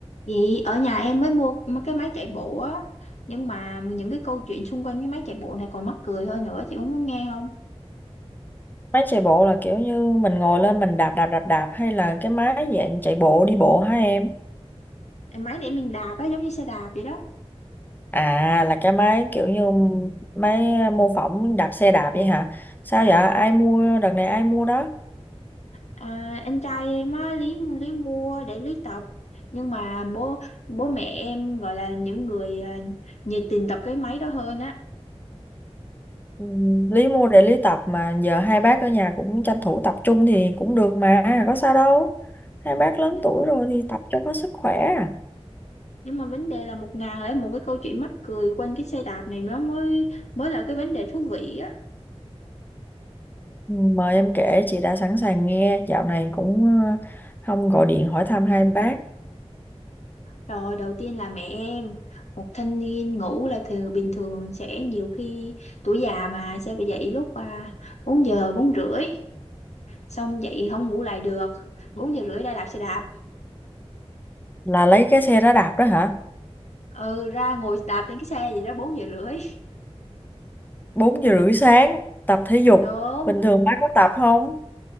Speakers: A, on the left; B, on the left.
A: Vậy ở nhà em mới mua mấy cái máy chạy bộ á nhưng mà những cái câu chuyện xung quanh cái máy chạy bộ này còn mắc cười hơn nữa chị có muốn nghe không
B: Máy chạy bộ là kiểu như mình ngồi lên mình đạp đạp đạp đạp hay là cái máy dạng chạy bộ đi bộ hả em?
A: Em máy để mình đạp á giống như xe đạp vậy đó
B: À là cái máy kiểu như máy à, mô phỏng đạp xe đạp vậy hả? Sao vậy? Ai mua đợt này ai mua đó?
A: à, anh trai em á lý lý mua để lý tập nhưng mà bố bố mẹ em gọi là những người à, nhiệt tình tập cái máy đó hơn á
B: Ừ, Lý mua để Lý tập mà giờ hai bác ở nhà cũng tranh thủ tập trung thì cũng được mà, có sao đâu. Hai bác lớn
A: nhưng
B: tuổi
A: mà,
B: rồi thì tập cho có sức khỏe. à.
A: nhưng mà vấn đề là một ngàn lẻ một cái câu chuyện mắc cười quanh cái xe đạp này nó mới mới là cái vấn đề thú vị á
B: Ừ, Mời em kể chị đã sẵn sàng nghe, dạo này cũng ờ, không gọi điện hỏi thăm hai bác.
A: Rồi đầu tiên là mẹ em một thanh niên ngủ là thường bình thường sẽ nhiều khi tuổi già mà sẽ bị dậy lúc à, 4 giờ bốn rưỡi xong dậy không ngủ lại được 4 giờ rưỡi ra đạp xe đạp
B: Là lấy cái xe đó đạp đó hả?
A: ừ ra ngồi đạp trên cái xe vậy đó bốn giờ rưỡi
B: bốn giờ rưỡi sáng tập thể dục
A: đúng
B: bình thường bác có tập không